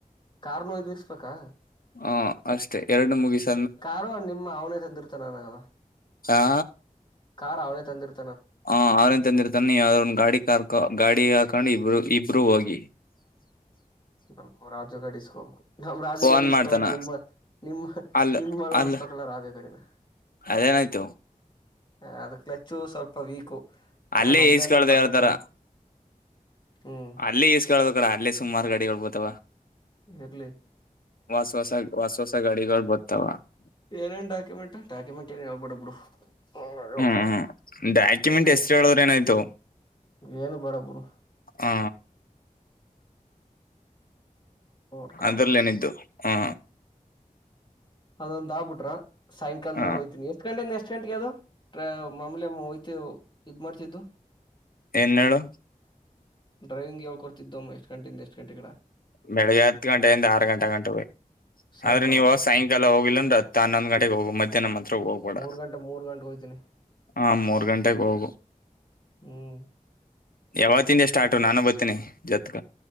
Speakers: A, on the left; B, on the left.
A: ಕಾರ್ ನು ಇಳಿಸಬೇಕಾ
B: ಹ ಅಷ್ಟೇ ಎರಡಡು ಮುಗಿಸಿಸಿ
A: ಕಾರಾರ್ು ನಿಮ್ಮ ಅವನೇ ತಂದಿರ್ತಾನನಗದ
B: ಆ
A: ಕಾರಾರ್ ಅವ್ನೇ ತಂದಿರ್ತ
B: ಹ ಅವರನ್ ತಂದಿರ್ತಾನ ಒಂದ ಗಾಡಿ ಕಾರ್ ಗಾಡಿ ಕಂಡು ಇಬ್ರು ಇಬ್ರುೂ ಹೋಗಿ
A: ನಮ್ಮ್ ರಾಜು ಡಿಸ್ಕೋಬೇಕು ನಮ್ಮ್ ರಾಜು
B: ಫೋನ್
A: ಗಡಸ್ಕೋ್ರೆ
B: ಮಾಡ್ತಾನ
A: ನಿಮ್ಮ ನಿಮ್ಮ
B: ಅಲ್
A: ನಿಮ್ಮ ನೋಡ್ಸ್
B: ಅಲ್
A: ಸಕಲ ರಾಜಾ ಕಡಿಿನ
B: ಅದೇನಾಯ್ತು
A: ಹ ಅದು ಕ್ಲಚ್ಚು ಸ್ವಲ್ಪ ವೀಕು
B: ಅಲ್ಲೇ
A: ನಾನ್ ಒಬ್ನೇ
B: ಈಸ್ಕಳ್ದ
A: ಅಂದ ಪರ್ಫೆಕ್ಟ್
B: ಯಾರತರ
A: ಆಗ ಹ್ಮ್
B: ಅಲ್ಲೇ ಈಸ್ಕಳದ ಕಡ ಅಲ್ಲೇ ಸುಮಾರು ಗಾಡಿ ಹಳ್ಬೋತವ
A: ಎರ್ಲಿ
B: ವಾಸ ಹೊಸ ವಾಸ ಹೊಸ ಗಾಡಿಗಳು ಬತ್ತಾವ
A: ಏನೇನ್ ಡಾಕುೆಂಟ್ ಡಾಕುೆಂಟ್ ಏನ್ೇಳ್ಬ ಬಿಡ ಬಿಡು ಅದೇ
B: ಹ್ಮ್
A: ಹೋಗ್ಕಳ
B: ಹ್ಮ ಡಾಕ್ಯುಮೆಂಟ್
A: ಹ್ಮ್
B: ಎಷ್ಟರು ಹೇಳದ್ರ ಏನಾಯ್ತು
A: ಏನು ಬೇಡಬರು
B: ಹ
A: ನೋಡ್ಕೊಳಮ್ಮ
B: ಅದ್ರಲ್ಲೇನಿದ್ದು ಹಾ
A: ಅದೊಂದ ಆಗ್ಬ ಬಿಟ್ರ ಸಾಯಂಕಾಲ
B: ಹ
A: ಮೇಲೆ ಹೋ್ತಿನನ ಎಷ್ಟ ಗಂಟೆಯಿಂದ ಎಷ್ಟ್ ಗಂಟೆಗೆ ಅಾವದು ಟ್ರ ಮಾಮೂಲಿಮ್ಮ ಹಯ್ತ ಇದ್ ಮಾಡ್ತಿದ್ದು
B: ಏನ್ ಹೇಳು
A: ಡ್ರೈವಿಂಗ್ ಹೇಳ್ಕೊಡ್ತಿದ್ದಮ್ಮ ಎಷ್ಟ್ ಗಂಟೆಯಿಂದ ಎಷ್ಟ್ ಗಂಟೆ ಕಿಡ
B: ಬೆಳಿಗ್ಗೆ ಹತ್ತು ಗಂಟೆಯಿಂದ ಆರು ಗಂಟೆ ಗಂಟೆ ಹ
A: ಸಾಯಂಕಾಲ
B: ಆದ್ರೆ ನೀವು ಸಾಯಂಕಾಲ ಹೋಗಿಿಲ್ಲಂದ ಹನ್ನೊಂದು ಗಟೆಗೆ ಹೋಗ ಮಧಹ್ನ್ ಹೋಗ್ಬೇಡ
A: ಮೂರ್ ಗಂಟೆ ಮೂರ್ ಗಂಟೆಗೆ ಹೋಯ್ತೀನಿ
B: ಹ ಮೂರ್ ಗಂಟೆೆಗೆ ಹೋಗು
A: ಹ್ಮ್
B: ಯಾವ ತಿಿಂದ ಸ್ಟಾರ್ಟ್ ನಾನು ಬತೀಿನಿ ಜೊತ್ಕ